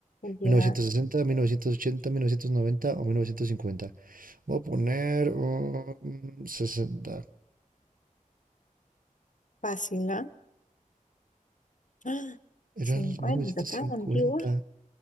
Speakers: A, on the left; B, on the right.
A: Ya,
B: mil mil novecientos novecientos sesenta mil novecientos ochenta mil novecientos noventa o mil novecientos cincuenta Voy a poner um, 60.
A: fácil, ¿ah? ¡Ah!
B: Era
A: 50,
B: el mil novecientos
A: tan
B: cincuenta
A: antigua.